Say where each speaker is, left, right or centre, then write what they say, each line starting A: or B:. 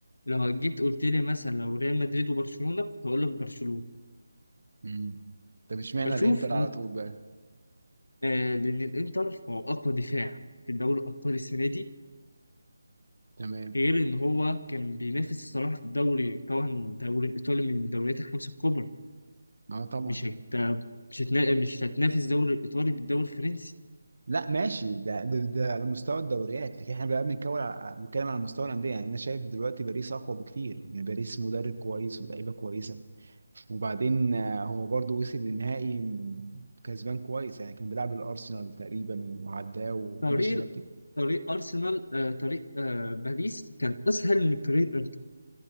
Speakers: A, on the left (about 75°); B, on the right (about 70°).
A: لو جيت قلت لي مثلا لو ريال مدريد وبرشلونة كنت هقول لك برشلونة
B: امم طب اشمعنى
A: بشوف
B: الانتر على طول بقى
A: آه، لأن الإنتر هو أقوى دفاع في الدوري الأبطال السنة دي
B: تمام
A: غير إن هو كان بينافس الصراحة في الدوري طبعا الدوري الإيطالي من الدوريات الخمسة الكبرى
B: اه طبعا
A: مش هت... مش هتنا... مش هتنافس الدوري الإيطالي بالدوري الفرنسي
B: لا ماشي ده ده, ده على مستوى الدوريات لكن احنا بقى بنتكلم على بنتكلم على مستوى الانديه يعني انا شايف دلوقتي باريس اقوى بكتير يعني باريس مدرب كويس ولاعيبه كويسه وبعدين آه، هو برضو وصل للنهائي م- كسبان كويس يعني كان بيلعب الارسنال تقريبا وعداه وماشي
A: طريق
B: لكن
A: طريق أرسنال آه، طريق آه، باريس كان أسهل من طريق الإنتر